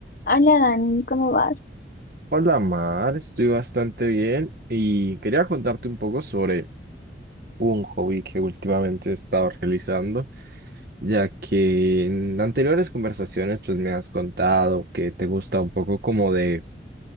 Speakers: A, on the left; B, on the right.
A: Hola Dani, ¿cómo vas?
B: Hola Mar, estoy bastante bien y quería contarte un poco sobre un hobby que últimamente he estado realizando, ya que en anteriores conversaciones pues me has contado que te gusta un poco como de,